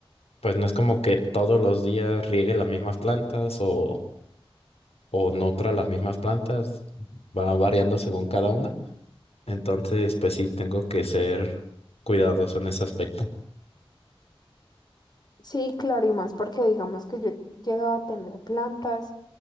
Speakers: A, on the left; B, on the left.
A: pues no es como que todos los días riegue las mismas plantas o, o nutra las mismas plantas. Va variando según cada una. Entonces pues sí, tengo que ser cuidadoso en ese aspecto.
B: Sí, claro, y más porque digamos que yo llegaba a tener plantas,